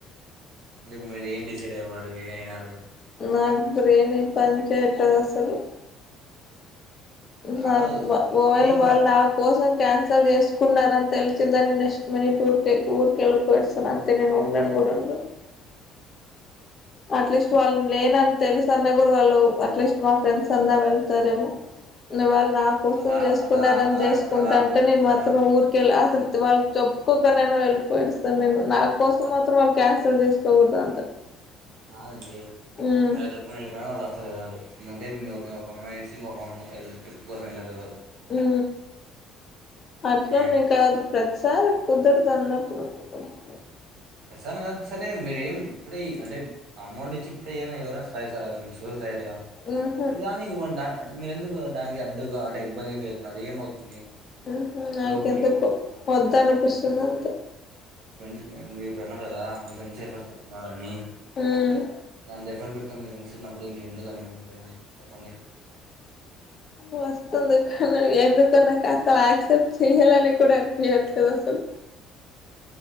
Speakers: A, on the right; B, on the left.
A: అంటే మీరు ఏం డిసైడ్వ ఏ అయినారు
B: నాకు బ్రేని పంచేట్దు అసలు
A: కాదు
B: నాకు ఒకఓవేళ
A: ఏం
B: వాళ్ళు
A: కాదు
B: నా కోసం కాన్సెల్ అసలు చేసుకున్నార అని తెలిసిందని నెక్స్ట్ మ టఊర్కి ఊరిక వెళ్ళిపోస్తాను అంతే నేను ఉండను కూడా ఉండను అట్లీస్ట్ వాళ్ళని లేనని తెలుస అన్న కూడా వాళ్ళు అట్లీస్ట్ మా ఫ్రెండ్స్ అంతా వెళ్తారేమో ఇంగ వాళ్ళు నా కోసం
A: అలా
B: చేసుకున్నని
A: అలా అలా
B: చేసుకుంటా
A: అలా
B: అంటే నేను
A: అలా
B: మాత్రం ఊరికెళ్ళి ఆ అస వాళ్ళకి చెప్పుకోకనైనా వెళ్ళిపోడుస్తాను నేను నా కోసం
A: అలా
B: మాత్రం వాళ్ళు క్యాన్ లు చేసుకోకూడదా అంత
A: కాదండి
B: ఉమ్
A: మీరు చెప్పుకుని వెళ్ళిపోయినా వాళ్ళు అస్సలు వెళ్ళారు ఎందుకంటే మీ ఒక అమ్యి ఇంచి ఇంకొక అమ్ ట్రిప్ కోసం వెళ్ళరు ఎవరు
B: ఉ అట్లోనే
A: నేనైతే
B: కాదు ప్రతి సరే కుదరదు అన్నప్పుడు కుదరదు
A: ప్రసాం కాదు సరే మీరేం ఇప్పుడే అంటే అమౌంట్ ఇచ్చ ఇప్పుడేనా ఎవరైనా సర యగా
B: ఉహు
A: ఇదిావ <inaudible> మీర ఎందుకు దానికి అడ్డుగా అంటే ఇబ్బంది ఫీలవుతున్నారు ఏమవుతుంది
B: ఆహా
A: ఇప్పుడు
B: నాకెందుకు
A: ఒక మీ
B: వద్ద అనిపిస్తుంది అంత
A: <inaudible> ఇప్పుడున్న కదా మీక ఎంత ఎఫర్ట్ పెట్టిన్నారు అని
B: ఉమ్
A: దంత ఎఫర్ట్ పె మొత్తం లివింగ్స్ ఉన్నప్పుడు ఇంకెందుకు కండి మీ ప్రేమ చెప్పండి
B: వస్తుంది కానీ ఎందుకొ నాకు అసలు ఆక్సెప్ట్ చెయ్యాలని కూడా అనిపియ్యట్లేదు అసలు